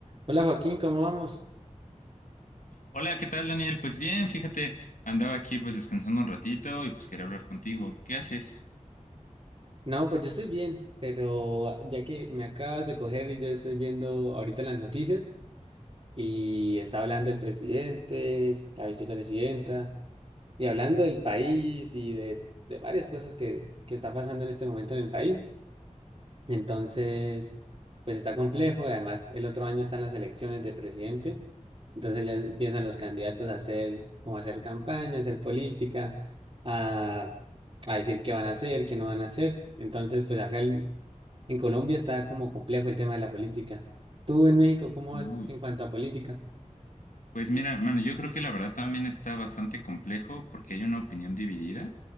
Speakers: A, on the right (about 40°); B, on the left (about 85°).
A: Hola Joaquín, ¿cómo vamos?
B: Hola, ¿qué tal, Daniel? Pues bien, fíjate, andaba aquí pues descansando un ratito y pues quería hablar contigo. ¿Qué haces?
A: No, pues yo estoy bien, pero ya que me acabas de coger y yo estoy viendo ahorita las noticias y está hablando el presidente, la vicepresidenta y hablando del país y de, de varias cosas que, que está pasando en este momento en el país. Entonces, pues está complejo y además el otro año están las elecciones de presidente Entonces ya empiezan los candidatos a hacer, como a hacer campaña, a hacer política, a, a decir qué van a hacer, qué no van a hacer. Entonces, pues acá en, en Colombia está como complejo el tema de la política. ¿Tú en México cómo vas
B: Uy.
A: en cuanto a política?
B: Pues mira, hermano, yo creo que la verdad también está bastante complejo porque hay una opinión dividida,